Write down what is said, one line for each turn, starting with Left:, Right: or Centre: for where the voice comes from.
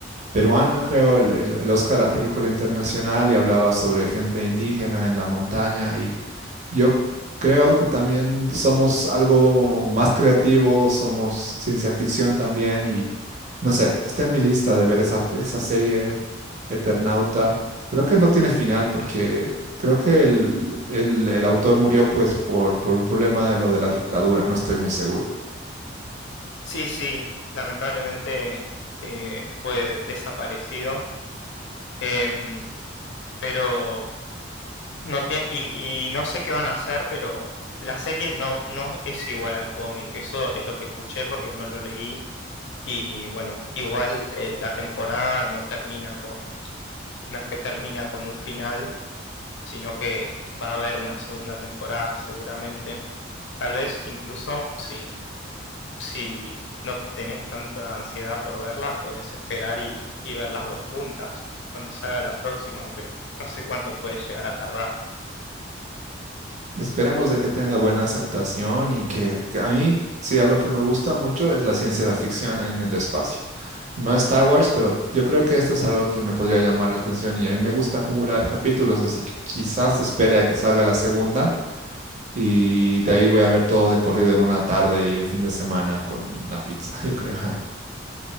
Right: peruana, creo, el, el, el Oscar a película internacional y hablaba sobre gente indígena en la montaña y yo creo que también somos algo más creativos, somos ciencia ficción también y no sé, está en mi lista de ver esa, esa serie Eternauta. Creo que no tiene final porque creo que el, el- el autor murió pues por, por un problema de lo de la dictadura, no estoy muy seguro.
Left: Sí, sí, lamentablemente eh, fue desaparecido, em, pero... No tiene, y, y no sé qué van a hacer, pero la serie no, no es igual al cómic. Eso es lo que escuché porque no lo leí. Y bueno, igual eh, la temporada no termina con, no es que termina con un final, sino que va a haber una segunda temporada seguramente. Tal vez incluso si, si no tenés tanta ansiedad por verla, podés esperar y, y ver las dos juntas cuando salga la próxima, aunque no sé cuánto puede llegar a tardar.
Right: Esperemos de que tenga buena aceptación y que, que a mí, sí, algo que me gusta mucho es la ciencia de ficción en el espacio. No Star Wars, pero yo creo que esto es algo que me podría llamar la atención y a mí me gusta acumular capítulos, así que quizás espere a que salga la segunda y de ahí voy a ver todo de corrido en una tarde y un fin de semana con una pizza, <laughs> yo creo.